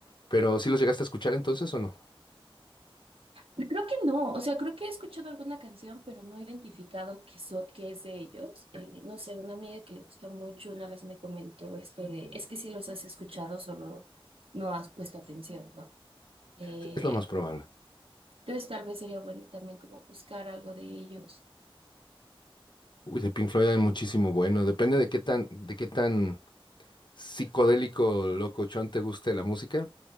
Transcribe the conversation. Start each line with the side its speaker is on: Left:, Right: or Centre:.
Left: Pero ¿sí los llegaste a escuchar entonces o no?
Right: Creo que no, o sea, creo que he escuchado alguna canción, pero no he identificado que, so- que es de ellos. Eh, no sé, una amiga que le gusta mucho una vez me comentó esto de, es que si los has escuchado, solo no has puesto atención, ¿no? Eh,
Left: Es es lo más probable.
Right: entonces tal vez sería bueno también como buscar algo de ellos.
Left: Uy, de Pink Floyd hay muchísimo bueno. Depende de qué tan, de qué tan psicodélico, locochón te guste la música.